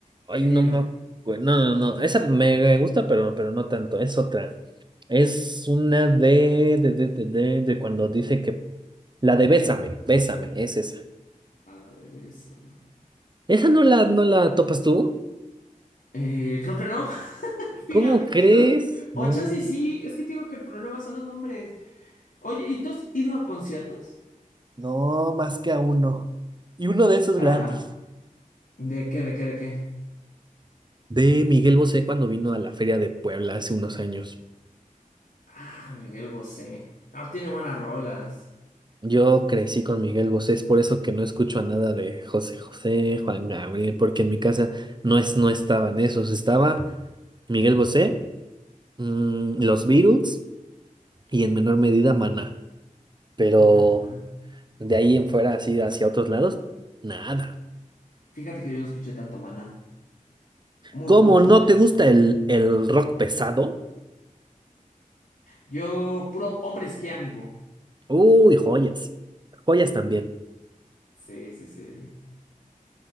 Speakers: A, on the right (about 30°); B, on the left (about 80°).
A: Ay,
B: Querida.
A: no me acu- No, no, no. Esa me gusta, pero, pero no tanto. Es otra. Es una de, de, de, de, de, de cuando dice que... La de Bésame, Bésame, es esa.
B: A la de Bésame.
A: ¿Esa no la, no la topas tú?
B: Eh, creo que no. Fíjate
A: ¿Cómo crees?
B: que no. O
A: Mm,
B: chance y sí, es que te digo que el problema son los nombres. Oye, ¿y tú has ido a conciertos?
A: no, más que a uno. Y uno de esos
B: Ah,
A: gratis.
B: ¿de qué, de qué, de qué?
A: de Miguel Bosé cuando vino a la Feria de Puebla hace unos años.
B: Ah, Miguel Bosé. Ah, tiene buenas rolas.
A: Yo crecí con Miguel Bosé, es por eso que no escucho a nada de José José, Juan Gabriel, porque en mi casa no es, no estaban esos, estaba Miguel Bosé, mm, los Beatles y en menor medida Maná, pero
B: Mana.
A: de
B: Ok.
A: ahí en fuera así hacia otros lados, nada.
B: Fíjate que yo no escuché tanto Mana. Muy
A: ¿Cómo
B: poquitas.
A: no te gusta el, el rock pesado?
B: Yo, puro hombres G, amigo.
A: Uy, joyas, joyas también.
B: Sí, sí, sí.